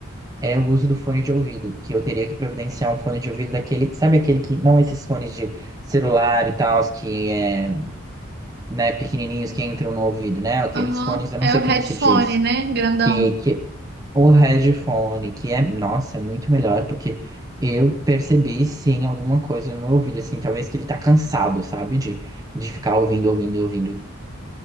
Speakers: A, on the right; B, on the right.
A: é o uso do fone de ouvido, que eu teria que providenciar um fone de ouvido daquele, sabe aquele que, não esses fones de celular e tal, que é, né, pequenininhos que entram no ouvido, né? Aqueles
B: Aham.
A: fones, eu
B: É
A: não sei
B: o
A: como
B: headphone,
A: se diz.
B: né? Grandão.
A: que, que o headphone, que é, nossa, é muito melhor, porque eu percebi sim alguma coisa no meu ouvido, assim, talvez que ele tá cansado, sabe, de, de ficar ouvindo, ouvindo, ouvindo,